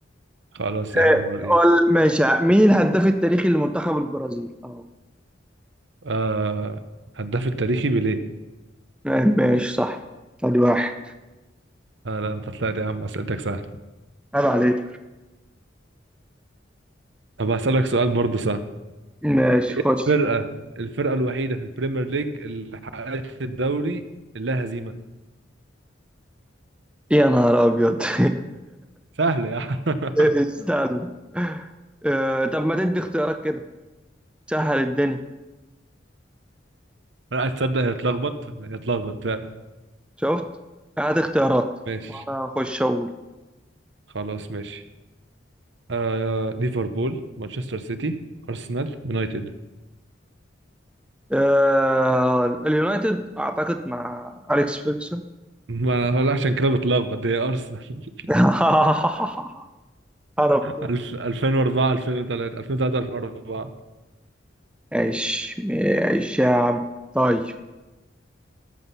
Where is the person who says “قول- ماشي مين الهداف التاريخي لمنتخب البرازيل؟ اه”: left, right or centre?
Centre